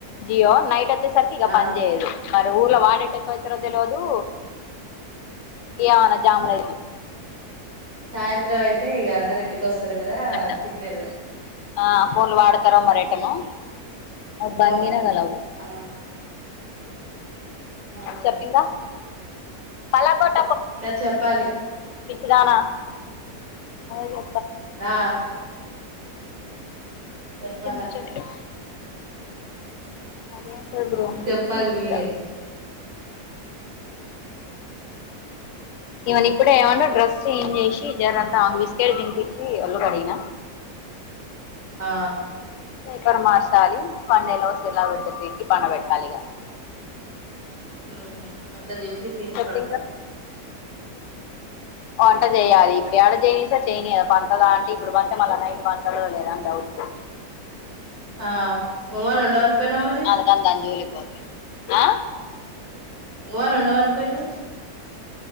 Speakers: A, on the left; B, on the right.
A: జియో నైట్ వచ్చేసరికి ఇక
B: ఆ
A: పని చేయదు ఊర్లో వాడేటకుయితద లేదు ఏ ఆనా జామ్ <unintelligible>
B: సాయంత్రం అయితే ఈక అగరింత వస్తాది కదా
A: అట్ట
B: సిగ్నల్
A: ఆ ఫోన్లు వాడతార మరి కేను ఆ
B: ఇంకా
A: భంగిన
B: అమ్మాయి
A: కలవు
B: ఆ అవును
A: చెప్పిందా అలగట్
B: ఇ చెప్పాలి
A: పిచ్చిదానా అలాగే
B: ఆ చెప్పాలక్క
A: ఏంటి ముచ్చోట్లు అదే బ్రోంగకు
B: చెప్పాలి
A: ఉంట
B: మీరే
A: ఇమన్ ఇప్పుడే ఏమన్నా డ్రెస్ చేంజ్
B: ఆ
A: చేసి జరంతా అం కిలు తినిపించి అల్లు కడిగిన
B: ఆ
A: ఎపురమాశాలి పండెలవస ఎలా పండా పెట్టాలిగా
B: మ్ మ్ వంద జెసి తిని
A: చెప్పు
B: పడుకోంద్య
A: అంట చేయలి ఇడు ఎయడ జయినిస చేయినియా ప అదా అంటే ఇప్పుడు పంతే మళ్ళా నైట్ పంతతుదుో లేదాని డౌట్
B: ఆ ఉమాన్ ఉండవాలి పోయినా మరి
A: అందుకని దాని జోలికి ఆ
B: ఉమన్ ఉండవన్ పోయరు